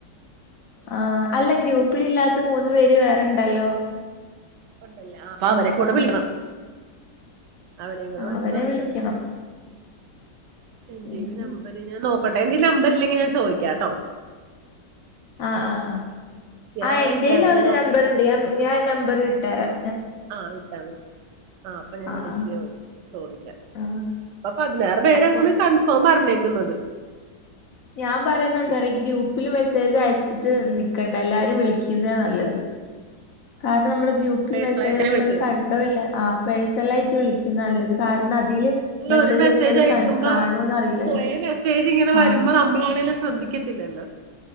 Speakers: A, on the left; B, on the right.
A: ആഹഅല്ല ഗ്രൂപ്പിൽ ഇല്ലാത്ത മൂന്ന് പേര് വേറെണ്ടല്ലോ
B: ഉണ്ടല്ലേ അപ്പൊ അവരെ
A: ആഹ്
B: കൂടെ
A: ആഹ്
B: വിളിക്കണം അവര് കൂടി
A: ആഹ്
B: വിളിച്ച്
A: അവരെ
B: സംസാരിക്കണം
A: വിളിക്കണം
B: എന്റെൽ
A: ഉം
B: നമ്പര്
A: ഉം
B: ഞാൻ നോക്കട്ടെ എന്റെൽ നമ്പർ ഇല്ലെങ്കിൽ ഞാൻ ചോദിക്കാട്ടോ
A: ആ ആഹ് ആഹ് ആ
B: ആരാ
A: എന്റെൽ
B: ഇല്ലാത്തത്
A: അവന്
B: നോക്കിയിട്ട്
A: നമ്പരുണ്ട് ഞ ഞാൻ നമ്പർ ഇട്ടതരാം
B: ആ ഇട്ടാമതി ആ അപ്പൊ ഞാൻ
A: ആഹ്
B: വിളിച്ചോയി
A: ആഹ്
B: ചോദിക്ക
A: ആഹ്
B: ഇപ്പൊ പതിനാറ് പേരാണ്
A: അപ്പൊ
B: കൺഫേം പറഞ്ഞേക്കുന്നത്
A: ഞാൻ പറയുന്ന എന്താഅറിയോ
B: പിന്നെ
A: ഗ്രൂപ്പിൽ മെസ്സേ- അയച്ചിട്ട് നിക്കണ്ട എല്ലാരും വിളിക്കുന്ന നല്ലത് കാരണം നമ്മള് ഗ്രൂപ്പിൽ
B: പേഴ്സണലായിട്ട്ന്നെ
A: മെസ്സേജ് അയച്ചാ
B: വിളിച്ചത്
A: അത് കണ്ടോല്ലേ ആ പേഴ്സൽ ആട്ട് വിളിക്കുന്ന നല്ലത് കാരണം അതില്
B: ഒരു മെസ്സേജ്
A: അയച്ച അത്
B: അയക്കുമ്പോ
A: ക കാണോന്ന് അറിയില്ലല്ലോ
B: പോയ മെസ്സേജ് ഇങ്ങനെ വരുമ്പോ
A: ആഹ്
B: നമ്മളാണ് ശ്രദ്ധിക്കത്തില്ലല്ലോ